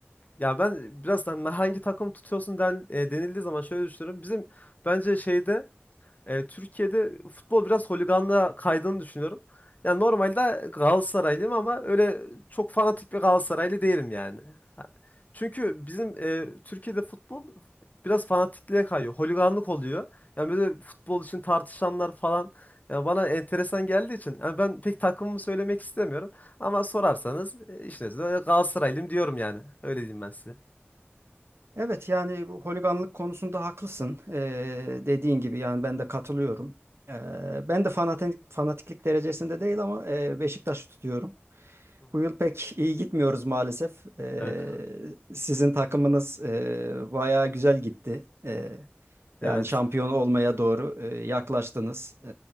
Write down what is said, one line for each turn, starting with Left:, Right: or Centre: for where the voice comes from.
Left: ya ben biraz da hani hangi takım tutuyorsun den, e, denildiği zaman şöyle düşünüyorum. Bizim bence şeyde e, Türkiye'de futbol biraz holiganlığa kaydığını düşünüyorum. Yani normalde Galatasaraylıyım ama öyle çok fanatik bir Galatasaraylı değilim yani. Ha- Çünkü bizim e, Türkiye'de futbol biraz fanatikliğe kayıyor. Holiganlık oluyor. Yani böyle futbol için tartışanlar falan yani bana enteresan geldiği için yani ben pek takımımı söylemek istemiyorum. Ama sorarsanız e, işin özü öyle Galatasaraylıyım diyorum yani. Öyle diyeyim ben size.
Right: Evet yani bu holiganlık konusunda haklısın. Ee, dediğin gibi yani ben de katılıyorum. Ee, ben de fanatik, fanatiklik derecesinde değil ama e, Beşiktaş'ı tutuyorum.
Left: Hı hı.
Right: Bu yıl pek iyi gitmiyoruz maalesef. Ee,
Left: Evet.
Right: sizin takımınız e, bayağı güzel gitti. Ee, yani
Left: Evet.
Right: şampiyon olmaya doğru e, yaklaştınız. Ee,